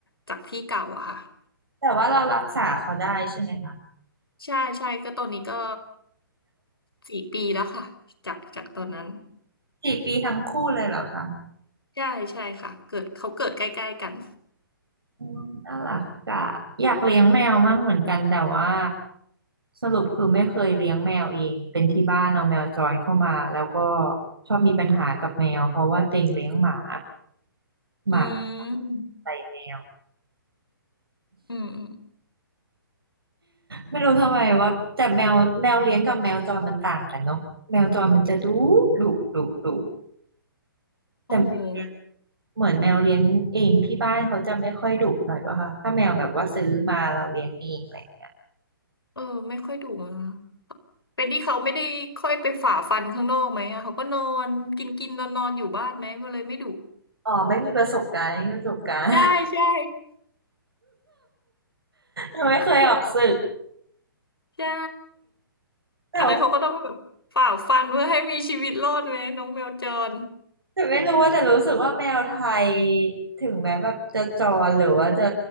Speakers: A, on the left; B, on the right.
A: จากที่เก่าอะค่ะ
B: แต่ว่าเรารักษาเขาได้ใช่ไหมคะ
A: ใช่ใช่ก็ตอนนี้ก็สี่ปีแล้วค่ะจากจากตอนนั้น
B: สี่ปีทั้งคู่เลยเหรอคะ
A: ใช่ใช่ค่ะเกิดเขาเกิดใกล้ๆกัน
B: อืมน่ารักอ่ะอยากเลี้ยงแมวมั่งเหมือนกันแต่ว่าสรุปคือไม่เคยเลี้ยงแมวเองเป็นที่บ้านเอาแมวจรเข้ามาแล้วก็ชอบมีปัญหากับแมวเพราะว่าเต็งเลี้ยงหมาหมา
A: อืม
B: ใส่แมว
A: อืมอืม
B: ไม่รู้ทำไมว่าแต่แมวแมวเลี้ยงกับแมวจรมันต่างกันเนาะแมวจรมันจะดุดุดุดุแต่แมวเลี้ยง
A: โอ้
B: เหมือนแมวเลี้ยงเองที่บ้านเขาจะไม่ค่อยดุหน่อยป่ะคะถ้าแมวแบบว่าซื้อมาเราเลี้ยงเองอะไรอย่างเงี้ย
A: เออไม่ค่อยดุนะเป็นที่เขาไม่ได้ค่อยไปฝ่าฟันข้างนอกไหมอะเขาก็นอนกินกินนอนนอนๆอยู่บ้านไหมก็เลยไม่ดุ
B: อ๋อไม่มีประสบการณ์ไม่มีประสบการณ์
A: ใช่ใช่
B: ยังไม่เคยออกศึก
A: <laughs> ใช่
B: แต่ว่า
A: อันนั้นเขาก็ต้องแบบฝ่าฟันเพื่อให้มีชีวิตรอดไหมน้องแมวจร
B: แต่ไม่รู้ว่าแต่รู้สึกว่าแมวไทยถึงแม้แบบจะจรหรือว่าจะ